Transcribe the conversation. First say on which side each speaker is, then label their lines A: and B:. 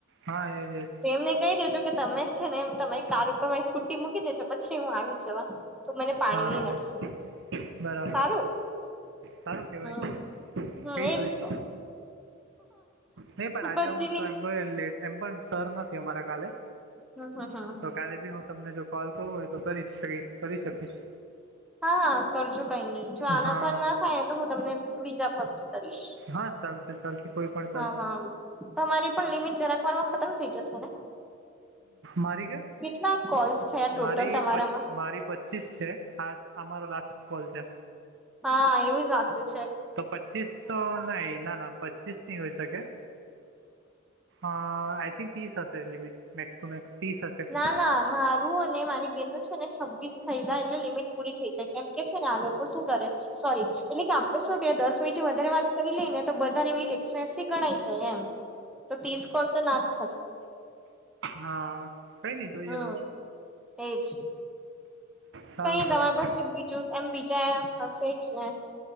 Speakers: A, on the right (about 65°); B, in the centre.
A: હા એ જ એ જ.
B: તો એમને કહી દેજો તમે છેને, એ તમારી કાર ઉપર મારી સ્કૂટી મૂકી દેજો પછી હુ આવી જવા તો મને પાણી
A: હા
B: નઈ, નડશે
A: બરાબર
B: સારુ
A: સારું કહેવાય
B: હા, હા
A: કહી
B: એજ
A: જોઈશ
B: તો
A: નહીં પણ આજે
B: પછી,
A: હું
B: ની
A: તો એમ પણ લેટ એમ પણ સર નથી. અમારા કાલે
B: હમ હમ હમ
A: તો કાલે બી હુ તમને જો કોલ કરુ હ તો કરી, શકી કરી શકીશ
B: હા, હા કરજો કઈ નહી જો આના
A: હા
B: પર ના થાય ને તો હુ તમને બીજા પરથી કરીશ
A: હા, ચાલશે ચાલશે કોઈ પણ ચાલશે
B: હા, હા તમારી પણ લિમિટ જરાકવારમાં ખતમ થઈ, જશે ને
A: મારી કે
B: કેટલા કોલ્સ થયા ટોટલ
A: મારી
B: તમારામાં
A: પ મારી પંચીસ છે. હા, અમારો લાસ્ટ કોલ છે.
B: હા એવુજ લાગતુ
A: તો પચીસ તો નહી, ના ના પંચીસ ની હોય શકે હ, આઇથિન્ક તીસ હશે લિમિટ મેક્સ ટુ મેક્સ ત્રીસ હશે
B: ના ના મારુ અને મારી બેનું છેને, છવ્વીસ થઈ, જાય એટલે લિમિટ પૂરી થઈ જાય કેમ કે છે, ને આ લોકો શું કરે સોરી એટલે કે આપડે શું દસ મિનટ વધારે વાત કરી લઈ ને તો બધાની મીટ એકસો એસી ગણાય જાય એમ તો તીસ કોલ તો ના જ થશે.
A: હા કઈ નહ જોય
B: હમ
A: હવે.
B: એજ
A: સારું
B: કઈ
A: કેવાય
B: દવા પાસે બીજું એમ બીજા હશે જ ને.